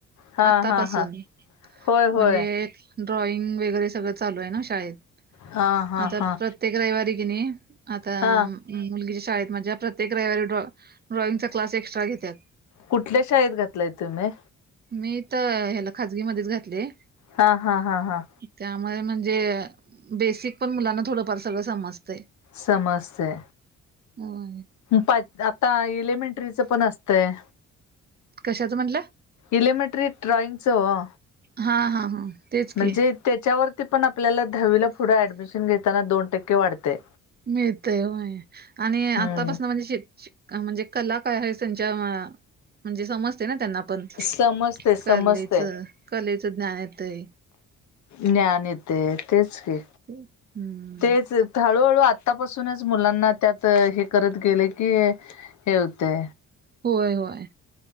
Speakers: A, on the left; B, on the right.
A: हा
B: आतापासून
A: हा हा होय होय
B: म्हणजे ड्रॉइंग वगैरे सगळं चालू आहे ना शाळेत
A: हा हा
B: आता
A: हा
B: प्रत्येक रविवारी की नाही आता
A: हा
B: मुलगीच्या शाळेत माझ्या प्रत्येक रविारी ड्रॉ ड्रॉइंगचा क्लास एक्स्ट्रा घेत्यात.
A: कुठल्या शाळेत घातलाय तुम्ही?
B: मी तर हला खाजगी मध्येच घातले
A: हा हा हा हा
B: त्यामुळे म्हणजे बेसिक पण मुलांना थोडंफार सगळं समजतंय
A: समजते
B: होय
A: पा आता एलिमेंट्रीचं पण असतंय
B: कशाचं म्हटलं
A: एलिमेट्ररी ड्रािंगसो वा
B: हा हा हा तेच
A: म्हणजे
B: की
A: त्याच्यावरती पण आपल्याला दहावीला पुढं ऍडमिशन घेताना दोन टक्के वाढतेय
B: मिळतयय आणि आतापासन
A: हम्म
B: म्हणजे श म्हणजे कला काय आहे संच्या म्हणजे समजते ना त्यांना पण
A: समजते समजते
B: कलेचं कलेचं ज्ञान येत आहे
A: ज्ञान येते तेच की
B: हम्म
A: तेच हळूहळू आत्तापासूनच मुलांना त्यात हे करत गेले की हते
B: होय होय